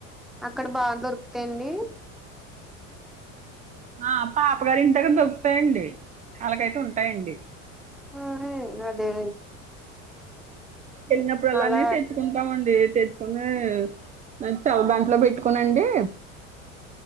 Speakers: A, in the centre; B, on the right (about 20°).
A: అక్కడ బా దొరుకుతాయిండి
B: ఆ పాపగారు <unintelligible> దొరుకుతాయండి వాళ్లాకైతే ఉంటాయండి
A: ఆ హె అదే
B: <unintelligible>
A: అలా
B: తెచ్చుకుంటామండి తెచ్చుకుని <unintelligible> పెట్టుకునండి